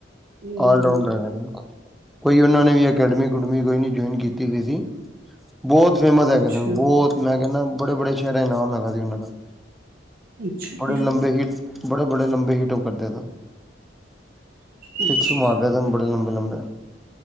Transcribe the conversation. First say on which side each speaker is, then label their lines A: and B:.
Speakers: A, on the right (about 50°); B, in the centre.
A: ਹੂੰ
B: ਆਲ ਰਾਉਂਡਰ ਹੈਗੇ ਨ। ਕੋਈ ਉਹਨਾਂ ਨੇ ਵੀ ਅਕੈਡਮੀ-ਅੂਡਮੀ ਕੋਈ ਨੀ ਜੁਆਇਨ ਕੀਤੀ ਵੀ ਸੀ ਬੋਤ ਫੇਮਸ ਹੈਗੇ
A: ਅੱਛਾ
B: ਸਨ ਬੋਤ ਮੈਂ ਕਹਿੰਦਾ ਬੜੇ-ਬੜੇ ਸ਼ਹਿਰ ਚ ਨਾਮ ਹੈਗਾ ਸੀ ਉਹਨਾਂ ਦਾ।
A: ਅੱਛਾ
B: ਬੜੇ
A: ਜੀ
B: ਲੰਬੇ ਹੀਟ ਬੜੇ-ਬੜੇ ਲੰਬੇ ਹੀਟਪ ਕਰ ਦੇ ਸਨ।
A: ਅੱਛਾ
B: ਸਿਕਸ ਮਾਰਦੇ ਸਨ ਬੜੇ ਲੰਬੇ-ਲੰਬੇ।